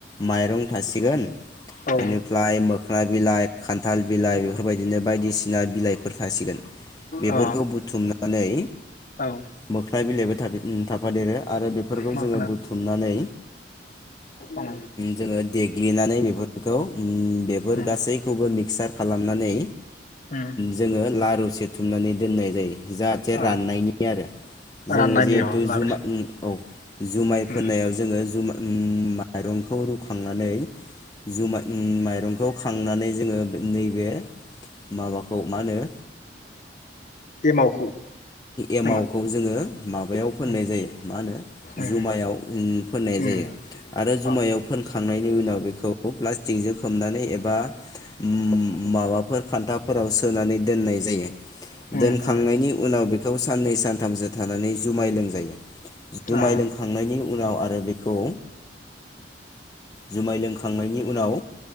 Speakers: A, on the left (about 20°); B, on the left (about 45°).
A: माइरं थासिगोन
B: औ
A: बेनिफ्राय मोख्ना बिलाइ खान्थाल बिलाइ बेफोरबायदिनो बायदिसिना बिलाइफोर थासिगोन बेफोरखौ
B: औ
A: बुथुमनानै
B: औ
A: मो फ्लाय बिलाइबो थाफे ओ थाफादेरो। आरो बेफोरखौ
B: मोखोना
A: जोङो बुथुमनानै
B: उम
A: जोङो देग्लिनानै बेफोरखौ ओ बेफोर
B: उम
A: गासैखौबो मिक्सार खालामनानै
B: उम
A: जोङो लारु सेथुमनानै दोननाय जायो। जाहाथे
B: ओ
A: राननायनि आरो जोङो
B: राननायनि
A: जिहेथु
B: अ लारु
A: जुमा उम औ जुमाय
B: उम
A: फोननायाव जोङो जुमा माइरंखौ रुखांनानै जुमाय उम माइरंखौ खांनानै जोङो नैबे माबाखौ मा होनो
B: एमावखौ
A: एमावखौ
B: नामा
A: जोङो माबायाव फोननाय
B: उम
A: जायो मा होनो
B: उम
A: जुमायाव फोननाय
B: उम
A: जायो आरो जुमायाव
B: आतसा
A: फोनखांनाय उनाव बेखौ प्लास्टिकजों खोबनानै एबा उम माबाफोर खान्थाफोराव सोनानै दोननाय जायो।
B: उम
A: दोनखांनायनि
B: उम
A: बेखौ साननै सानथाम जो थानानै जुमायलोंजायो जुमाय
B: अ
A: लोंखांनायनि उनाव आरो बेखौ जुमाय लोंखांनायनि उनाव